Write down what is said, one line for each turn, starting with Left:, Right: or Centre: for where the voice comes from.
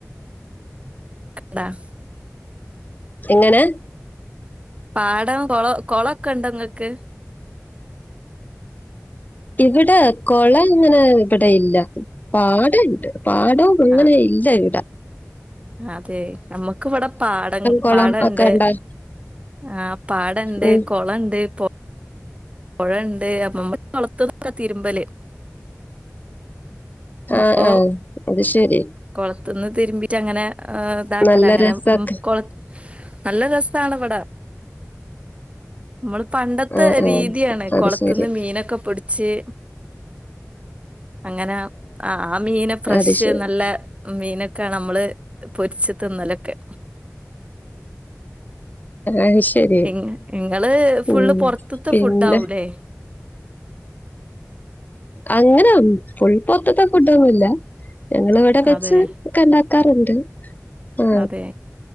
Right: ക <unintelligible>
Left: എങ്ങനെ
Right: പാടം കൊള കൊളക്കെ ണ്ട ഇങ്ങൾക്ക്
Left: ഇവിടെ കൊളങ്ങനെ ഇവിടെ ഇല്ല പാ ഇടെണ്ട് പാടവും അങ്ങനെ
Right: ആ
Left: ഇല്ല ഇവിടാ
Right: അതെ നമ്മുക്ക് ഇവിടെ പാടം
Left: കുളം
Right: പാടംണ്ട്
Left: ഒക്കെ ഉണ്ടാവും
Right: ആ പാടണ്ട്
Left: ഉം.
Right: കൊളണ്ട് പൊ പൊഴണ്ട് അപ്പമ്മ കൊളത്തുന്നൊക്കയാ തിരുമ്പല്
Left: ആ
Right: അപ്പൊ
Left: ആ അത് ശരി
Right: കൊളത്തിന്ന് തിരുമ്പിട്ട് അങ്ങനെ ആ ഇതാക്കല
Left: നല്ല
Right: അങ്ങനെ
Left: രസൊക്കെ
Right: കൊള നല്ല രസാണ് വ്ടെ നമ്മള് പണ്ടത്തെ
Left: ആ ആ
Right: രീതിയാണ്
Left: അത്
Right: കൊളത്തുന്ന്
Left: ശരി
Right: മീനൊക്കെ പിട്‌ച്ച് അങ്ങനെ അ ആ മീന് ഫ്രഷ്
Left: അത് ശരി
Right: നല്ല മീനൊക്കെ ആണ് നമ്മള് പൊരിച്ച് തിന്നലൊക്കെ
Left: അത് ശരി
Right: ങ്ങ ഇങ്ങള് ഫുള്ള്
Left: ഉം
Right: പുറത്ത്ത്തെ
Left: പിന്നെ
Right: ഫുഡ് ആവുല്ലേ
Left: അങ്ങനെ ഫുൾ പൊറ്ത്ത്ത്തെ ഫുഡൊന്നുല്ല്യ ഞങ്ങള് ഇവിടെ വെച്ച്
Right: അതെ
Left: ഒക്കെ ണ്ടാക്കാറുണ്ട് ആ
Right: അതെ.